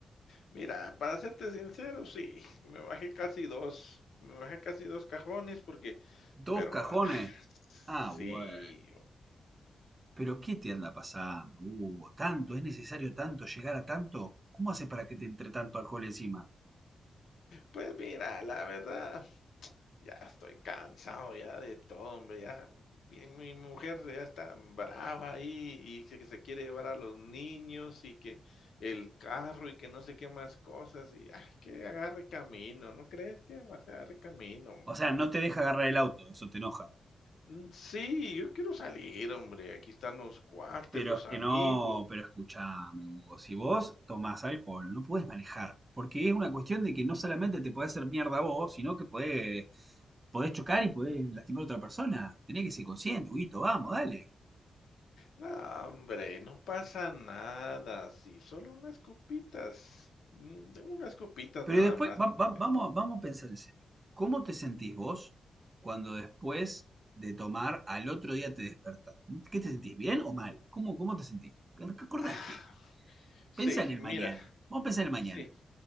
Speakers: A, on the left; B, on the right.
A: Mira, para serte sincero, sí, me bajé casi dos me bajé casi 2 cajones porque
B: ¿Dos
A: pero,
B: cajones?
A: ah, sí,
B: Ah, bueno. Pero ¿qué te anda pasando, Hugo? ¿Tanto? ¿Es necesario tanto llegar a tanto? ¿Cómo haces para que te entre tanto alcohol encima?
A: pues mira, la verdad, Ya estoy cansado ya de todo, hombre, ya, mi mi mujer ya está brava ahí, y que que se quiere llevar a los niños, y que el carro, y que no sé qué más cosas, y, ay, que agarre camino, ¿no crees que va a agarre camino, hombre?
B: O sea, no te deja agarrar el auto, eso te enoja.
A: Mm, sí, yo quiero salir, hombre, aquí están los cuartos,
B: Pero
A: los
B: es que
A: amigos.
B: no, pero escuchame, Hugo, si vos tomás alcohol, no podés manejar, porque es una cuestión de que no solamente te podés hacer mierda vos, sino que podés, podés chocar y podés lastimar a otra persona. Tenés que ser consciente, Huguito, vamos, dale.
A: No, hombre, no pasa nada, sí, solo unas copitas, mm, unas copitas
B: Pero
A: nada
B: después,
A: más,
B: va-
A: hombre.
B: va- vamos, vamos a pensar en serio. ¿Cómo te sentís vos cuando después de tomar al otro día te despertás? ¿Qué te sentís? ¿Bien o mal? ¿Cómo, cómo te sentís? Acordate,
A: Ah, sí,
B: pensá en el
A: mira,
B: mañana. Vamos a pensar en el mañana.
A: sí.